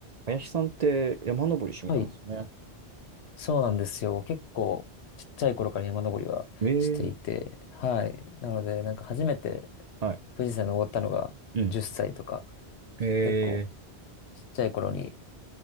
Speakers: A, on the right; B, on the left.
A: 林さんって山登り趣味なんですよね。
B: はい。そうなんですよ。結構、ちっちゃい頃から山登りはしていて、
A: ええ
B: はい。なので、なんか初めて
A: はい。
B: 富士山に登ったのが10歳とか、
A: うん。え
B: 結構、
A: えす
B: ちっちゃい頃に、